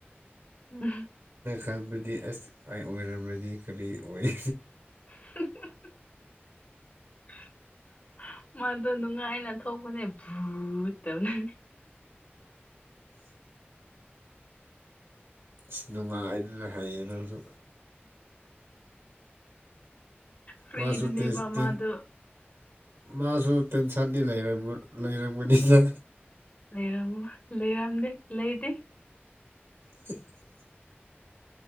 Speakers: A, on the left (about 40°); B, on the right (about 75°).
A: <unintelligible>
B: ꯈꯥꯟꯕꯗꯤ ꯑꯁ ꯑꯩ ꯑꯣꯏꯔꯝꯗꯤ ꯀꯔꯤ ꯑꯣꯏ
A: <unintelligible> <unintelligible> ꯃꯥꯗꯣ ꯅꯨꯡꯉꯥꯏꯅ ꯊꯣꯛꯄꯅꯦ ꯚꯨꯠꯇꯧꯅꯤ
B: ꯑ ꯅꯨꯡꯉꯥꯏꯗꯨꯅ ꯍꯩꯌꯦ ꯅꯪꯁꯨ
A: ꯐ꯭ꯔꯤꯗꯅꯦꯕ
B: ꯃꯥꯁꯨ ꯇꯩꯁ ꯇ
A: ꯃꯥꯗꯣ
B: ꯃꯥꯁꯨ ꯇꯦꯟꯁꯟꯗꯤ ꯂꯩꯔ ꯂꯩꯔꯝꯒꯅꯤꯅ
A: ꯂꯩꯔ ꯂꯩꯔꯝꯗꯦ ꯂꯩꯗꯤꯦ
B: <inaudible>